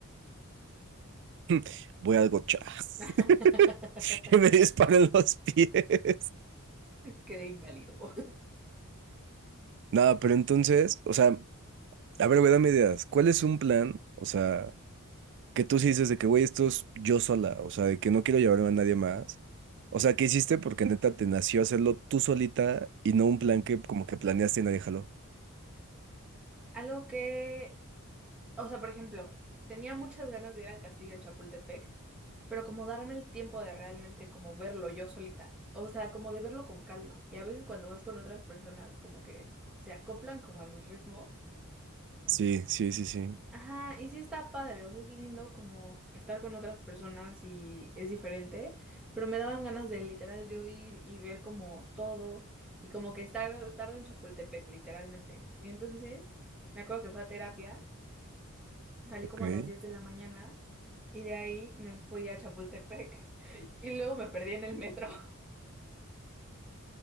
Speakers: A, on the right; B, in the centre.
A: <laughs> Voy al gocha.
B: <laughs>
A: <laughs> Y me disparan los pies. <laughs>
B: Quedé inválido.
A: Nada, pero entonces, o sea, a ver, güey, dame ideas. ¿Cuál es un plan? O sea... que tú sí dices de que, güey, esto es yo sola, o sea, de que no quiero llevarme a nadie más. O sea, ¿qué hiciste? Porque neta te nació hacerlo tú solita y no un
B: Ujú.
A: plan que como que planeaste y nadie jaló.
B: Algo que O sea, por ejemplo, tenía muchas ganas de ir al castillo de Chapultepec, pero como darme el tiempo de realmente como verlo yo solita. O sea, como de verlo con calma. Y a veces cuando vas con otras personas, como que se acoplan como a los ritmos.
A: Sí, sí, sí, sí.
B: Ajá, y sí está padre, o sea, es lindo como estar con otras personas y es diferente, pero me daban ganas de literal yo ir y ver como todo y como que estar tarde en Chapultepec, literalmente. Y entonces me acuerdo que fue a terapia Salí
A: Ok.
B: como a las 10 de la mañana y de ahí me fui a Chapultepec <laughs> y luego me perdí en el metro. <laughs>